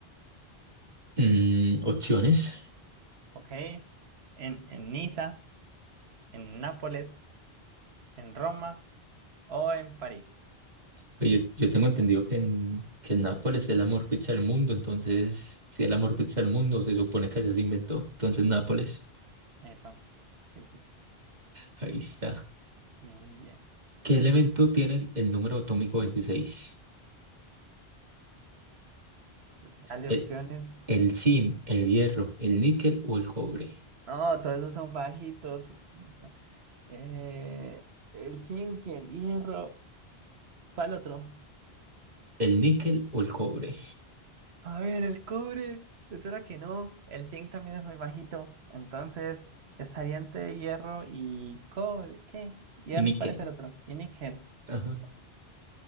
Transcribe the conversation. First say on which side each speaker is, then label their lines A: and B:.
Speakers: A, on the right (about 45°); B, on the right (about 80°).
A: Mm, opciones.
B: Ok. ¿En, en Niza, en Nápoles, en Roma o en París?
A: Pues yo, yo tengo entendido que en, que en Nápoles es el amor pizza del mundo, entonces, si es la mejor pizza del mundo, se supone que allá se inventó. Entonces, Nápoles,
B: Epa. Sí, sí,
A: ahí está.
B: Bien, bien.
A: ¿Qué elemento tiene el, el número atómico veintiséis
B: Dale
A: ¿El,
B: opciones.
A: el zinc, el hierro, el níquel o el cobre?
B: No, todos esos son bajitos. Puta. Eh, el zinc y el hierro. ¿Cuál otro?
A: El níquel o el cobre.
B: A ver, el cobre, pues era que no. El zinc también es muy bajito. Entonces, estaría entre hierro y cobre. ¿Qué? ¿Hierro
A: Y níquel.
B: y cuál es el otro? Y níquel.
A: ajá